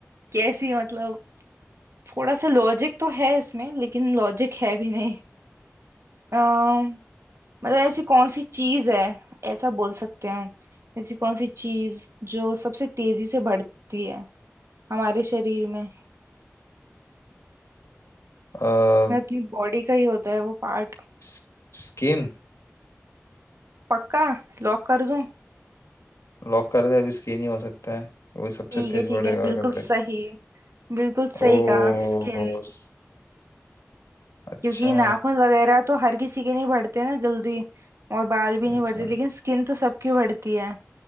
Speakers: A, on the right; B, on the left.
A: कैसी मतलब थोड़ा सा लॉजिक तो है इसमें लेकिन लॉजिक है भी नहीं अम, मतलब ऐसी कौन सी चीज है ऐसा बोल सकते हैं हम ऐसी कौन सी चीज जो सबसे तेजी से बढ़ती है हमारे शरीर में
B: अ,
A: मतलब अपनी बॉडी का ही होता है वो पार्ट
B: स- स्किन
A: पक्का लॉक कर दूं
B: लॉक कर दे अभी स्किन ही हो सकता है वही सबसे
A: ठीक
B: तेज
A: है ठीक
B: बढ़ेगा
A: है बिल्कुल
B: आगे बढ़ेगा
A: सही बिल्कुल सही
B: ओ
A: कहा स्किन
B: हो, स- अच्छा
A: क्योंकि नाखून वगैरह तो हर किसी के नहीं बढ़ते ना जल्दी और बाल भी नहीं
B: अच्छा
A: बढ़ते लेकिन स्किन तो सबकी बढ़ती है